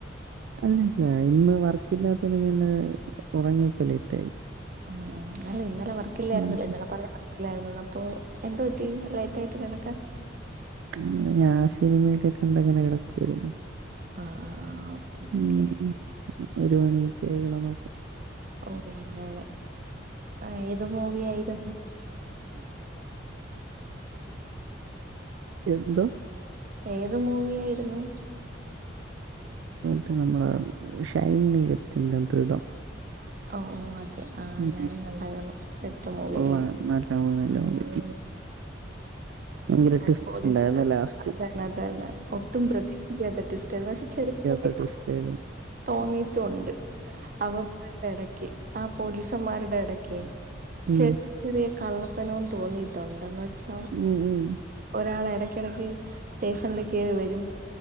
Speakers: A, on the right; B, on the right.
A: ഇല്ലല്ല ഇന്ന് വർക്ക് ഇല്ലാത്തത്കൊണ്ട് ഞാൻ ഇന്നലെ രാ രേ ഒറങ്ങിയപ്പോ ലേറ്റായി
B: ആഹ് ആഹ് അല്ല ഇന്നലെ വർക്കില്ലായിരുന്നല്ലോ
A: ഉം
B: ഇന്നലെ പർഞ്ഞ ല്ലായിരുന്നു അപ്പൊ എന്ത്‌ പറ്റി ലേറ്റ് ആയിട്ട് കെടക്കാൻ
A: പിന്നെ ഞാൻ സിനിമയൊക്കെ കണ്ടങ്ങനെ കെട ഇരുന്നു
B: ആഹ് ആഹ് ആഹ് ഓക്കെ ഓക്കെ
A: ഉം ഒരു മണിയൊക്കെയായി കെടന്നപ്പൊ
B: ഓഹ് അതാല്ലെ ആഹ് ഏത് മൂവി ആയിരുന്നു
A: എന്തൊ
B: ഏത് മൂവി ആയിരുന്നു
A: മറ്റെ നമ്മളെ ഷൈൻ നികത്തിന്റെ ദൃഢം
B: ഒ ഓഹ് അത് ആഹ്
A: ഉം
B: ഞാനും കണ്ടായിരുന്നു സെറ്റ് മൂവില്ലേ
A: കൊള്ളാം നല്ല മൂവി നല്ല മൂവി
B: ഉം
A: ഭയങ്കര
B: എന്താലെ
A: ട്വിസ്റ്റ്
B: ബോഡി
A: ഉണ്ടായിരുന്നു
B: <unintelligible>
A: ലാസ്റ്റ്
B: അതന്നെ അതന്നെ ഒട്ടും പ്രതീഷിക്കാത്തെ ട്വിസ്റ്റ്‌ ആയിരുന്നു പക്ഷേ ചെറിയെ
A: <unintelligible> ട്വിടായിരുന്നു
B: തോന്നീട്ടൊണ്ട് അപ്പം എടക്ക് ആഹ് പോലീസന്മാരുടെ എടയ്ക്കെ
A: ഉം,
B: ചെറിയൊ കള്ളത്തനോന്ന് തോന്നിട്ടുണ്ട് എന്ന് വെചം
A: ഉം, ഉം,
B: <unintelligible> എടക്കിടക്ക് സ്റ്റേഷൻലേക്ക് വെരും